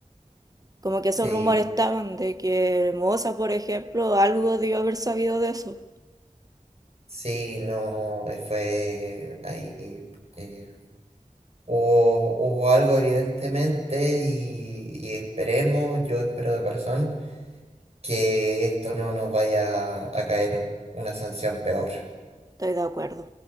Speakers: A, on the right; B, on the right.
A: como que
B: Sí.
A: esos rumores estaban de que Hermosa, por ejemplo, algo debió haber sabido de eso.
B: Sí, no, eh, fue ahí. eh, hubo, hubo algo evidentemente y, y esperemos, yo espero de corazón, que esto no nos vaya a caer una sanción peor.
A: Estoy de acuerdo.